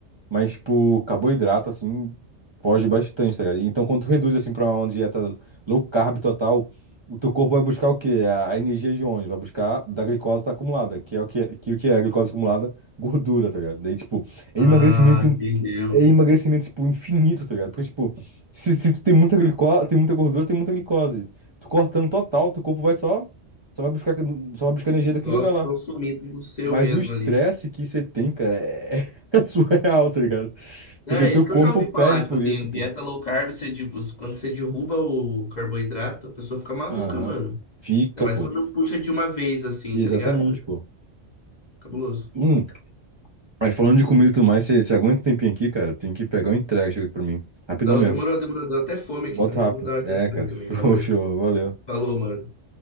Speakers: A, on the right; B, on the left.
A: Mas, tipo, carboidrato, assim, foge bastante, tá ligado? Então, quando tu reduz, assim, pra uma dieta low carb total, o teu corpo vai buscar o quê? A, a energia de onde? Vai buscar da glicose que tá acumulada, que é o que é, que, o que é a glicose acumulada? Gordura, tá ligado? Daí, tipo, é
B: Ah,
A: emagrecimento
B: entendeu.
A: é emagrecimento, tipo, infinito, tá ligado? Porque, tipo, se, se tu tem muita glicose, tem muita gordura, tem muita glicose. Tu cortando total, teu corpo vai só, só vai buscar, só vai buscar energia daquele
B: Só
A: lugar lá.
B: consumido do seu
A: Mas
B: mesmo
A: o estresse
B: ali.
A: que você tem, cara, é, <laughs> é surreal, tá ligado?
B: É,
A: Porque teu
B: isso que
A: corpo
B: eu já ouvi
A: pede
B: falar, tipo
A: por
B: assim,
A: isso, pô.
B: dieta low carb, você, de- quando você derruba o carboidrato, a pessoa fica maluca,
A: Aham.
B: mano.
A: Fica,
B: Ainda
A: pô.
B: mais quando puxa de uma vez assim,
A: Exatamente,
B: tá ligado? É
A: pô.
B: cabuloso.
A: Hum, mas falando de comida e tudo mais, você você aguenta um tempinho aqui, cara? Tem que pegar uma entrega, chega aqui pra mim. Rapidão
B: Não,
A: mesmo.
B: demorou, demorou. Deu até fome
A: Bota
B: aqui também.
A: rápido.
B: Vou dar uma
A: É,
B: jantada
A: cara.
B: também.
A: <laughs>
B: Valeu.
A: Show, show. Valeu.
B: Falou, mano.